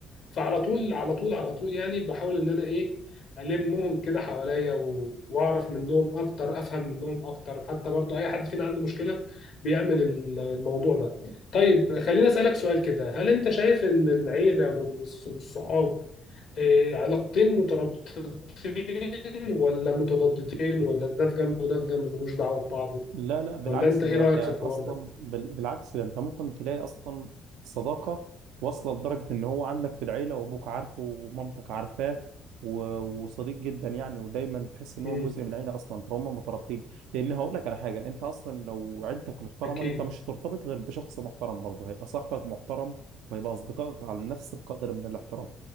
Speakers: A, on the left; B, on the right.
A: فعلى طول على طول على طول يعني بحاول ان انا ايه المهم كده حواليا و- واعرف منهم اكتر افهم منهم اكتر حتى برضو اي حد فينا عنده مشكله بيعمل ال- الموضوع ده طيب خليني اسالك سؤال كده هل انت شايف ان العيله والص- والصحاب آه، علاقتين مترابطتين ولا متضادتين ولا ده في جنب وده في جنب ملوش دعوه ببعضه
B: لا لا بالعكس
A: ولا انت ايه
B: ده
A: رايك
B: ده
A: في الحوار
B: اصلا
A: ده؟
B: بال- بالعكس ده انت ممكن تلاقي اصلا صداقه واصله لدرجه ان هو عندك في العيله وابوك عارفه ومامتك عارفاه و- وصديق جدا يعني ودايما تحس ان
A: امم
B: هو جزء من العيله اصلا فهم مترابطين لان هقول لك على حاجه انت اصلا لو عيلتك محترمه
A: اكيد
B: انت مش هترتبط غير بشخص محترم برضه هيبقى صاحبك محترم وهيبقى اصدقائك على نفس القدر من الاحترام